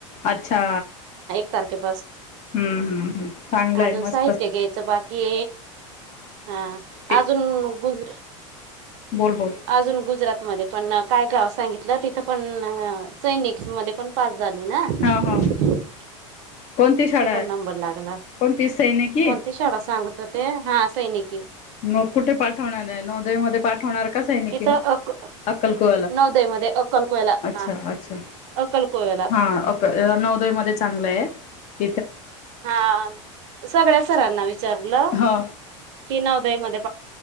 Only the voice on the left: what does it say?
अच्छा.
हम्म हम्म हम्म. चांगलं
आहे मस्त
ते
बोल बोल
हा हा कोणती शाळा आहे
कोणती सैनिकी
मग कुठे पाठवणार आहे नौदयमध्ये पाठवणार का? कसं आहे न
कि
अक्कलकुळला
अच्छा
अच्छा
हा अक नौवदय मध्ये चांगलं आहे. <inaudible>
हो.